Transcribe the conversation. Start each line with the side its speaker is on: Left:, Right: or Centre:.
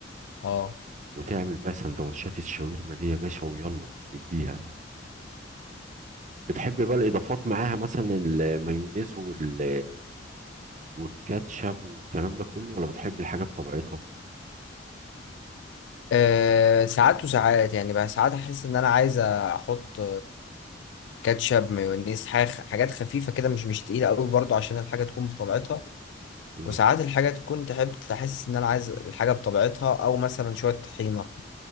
Left: اه
Right: وتعمل بقى سندوتشات الشاورما دي يا باشا ويلا اديها بتحب بقى الإضافات معاها مثلا المايونيز وال والكاتشب والكلام ده كله ولا بتحب الحاجة بطبيعتها؟
Left: آه، ساعات وساعات يعني بقى ساعات احس ان انا عايز احط كاتشب مايونيز حاجة حاجات خفيفة كده مش مش تقيلة قوي برضو عشان الحاجة تكون بطبيعتها
Right: مم.
Left: وساعات الحاجة تكون تحب تحس إن أنا عايز الحاجة بطبيعتها أو مثلا شوية طحينة